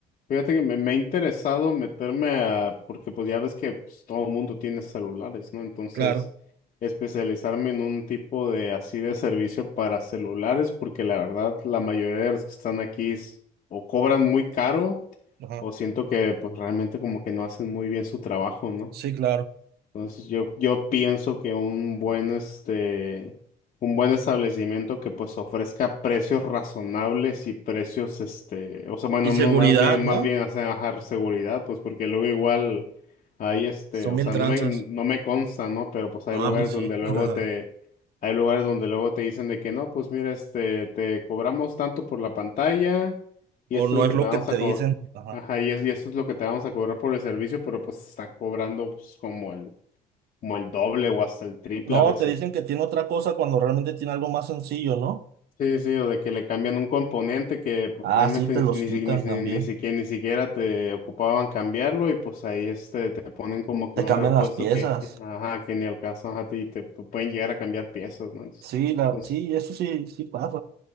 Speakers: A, on the left; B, on the right.
A: Fíjate que me, me ha interesado meterme a, porque pues ya ves que pues, todo el mundo tiene celulares, ¿no? Entonces,
B: Claro.
A: especializarme en un tipo de así de servicio para celulares, porque la verdad la mayoría de los que están aquí es- o cobran muy caro,
B: Ajá.
A: o siento que pues realmente como que no hacen muy bien su trabajo, ¿no?
B: Sí, claro.
A: Entonces yo, yo pienso que un buen, este, un buen establecimiento que pues ofrezca precios razonables y precios, este, o sea, bueno,
B: Y seguridad,
A: no más bien,
B: ¿no?
A: más bien hacer bajar seguridad, pues porque luego igual hay este,
B: Son
A: o
B: bien
A: sea,
B: tranzas.
A: no me, no me consta, ¿no? Pero pues
B: No,
A: hay lugares
B: a mí sí.
A: donde luego
B: <laughs>
A: te, hay lugares donde luego te dicen de que no, pues mira, este, te cobramos tanto por la pantalla y
B: O
A: esto
B: no
A: es lo
B: es
A: que
B: lo
A: te vamos
B: que te
A: a cobrar.
B: dicen. Ajá.
A: Ajá, y, es- y esto es lo que te vamos a cobrar por el servicio, pero pues está cobrando pues, como el como el doble o hasta el triple
B: No,
A: a veces.
B: te dicen que tiene otra cosa cuando realmente tiene algo más sencillo, ¿no?
A: Sí, sí, o de que le cambian un componente que pues
B: Ah,
A: realmente
B: sí, te los
A: ni, ni,
B: quitan
A: si- ni, si-
B: también.
A: ni siquiera, ni siquiera te ocupaban cambiarlo y pues ahí este te ponen como que
B: Te
A: un
B: cambian
A: repuesto
B: las piezas.
A: que, que, ajá, que ni alcanzan a ti y te pu- pueden llegar a cambiar piezas, ¿no? Entonces,
B: Sí, la, sí, eso sí, sí pasa.